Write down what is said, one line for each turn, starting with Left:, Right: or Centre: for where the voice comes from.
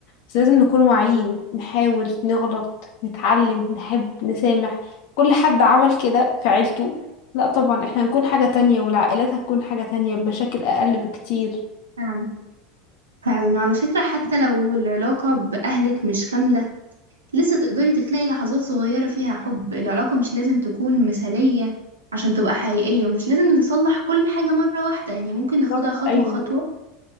Left: بس لازم نكون واعيين نحاول نغلط نتعلم نحب نسامح كل حد عمل كده في عيلته لأ طبعا احنا هنكون حاجة تانية والعائلات هتكون حاجة تانية بمشاكل أقل بكتير
Right: فعلا فعلا وعلى فكرة حتى لو العلاقة بأهلك مش كاملة لسه تقدري تخلقي لحظات صغيرة فيها حب العلاقة مش لازم تكون مثالية عشان تبقى حقيقية ومش لازم نصلح كل حاجة مرة واحدة يعني ممكن ناخدها
Left: بالظبط
Right: خطوة
Left: أيوه
Right: خطوة